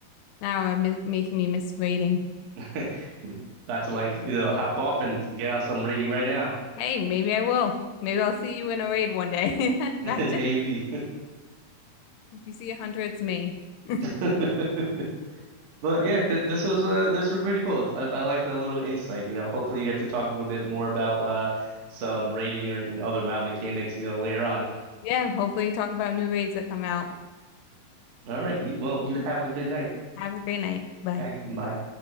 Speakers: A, on the left; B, on the right.
A: Now it's making me miss rating.
B: <laughs> About to like you know, hop off and get on some raiding right now.
A: Hey, maybe I will. Maybe I'll see you in a raid one day. <laughs> Imagine
B: <laughs> Maybe.
A: if you see a hunter, it's me. <laughs>
B: <laughs> But yeah,
A: But
B: th this was uh this was pretty cool. I, I like the little insight, you know. Hopefully you get to talk a little bit more about uh some rating or and other WoW mechanics, you know, later on.
A: yeah, hopefully talk about new raids that come out.
B: All right, you, well, you have a good night.
A: Have a great night. Bye.
B: All right, bye.